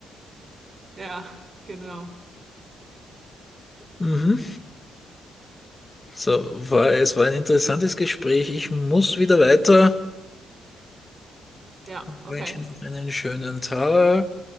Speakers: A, on the right; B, on the left.
A: Ja, genau.
B: Mhm. So, war, es war ein interessantes Gespräch. Ich muss wieder weiter.
A: Ja,
B: Ich
A: okay.
B: wünsche noch einen schönen Tag.